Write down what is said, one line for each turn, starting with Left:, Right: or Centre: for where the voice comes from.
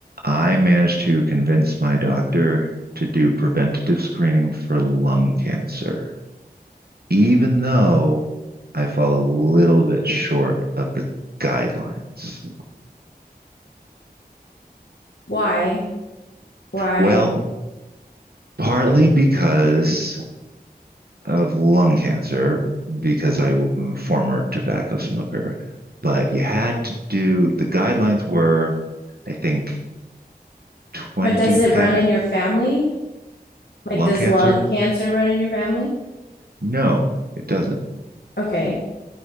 Right: I managed to convince my doctor to do preventative screening for lung cancer, even though I fall a little bit short of the guidelines.
Left: Why? Why?
Right: Well, partly because of lung cancer, because I was a former tobacco smoker, but you had to do the guidelines were, I think, 20
Left: But does it
Right: pack
Left: run in your family? Like,
Right: lung
Left: does
Right: cancer.
Left: lung cancer run in your family?
Right: No, it doesn't.
Left: Okay.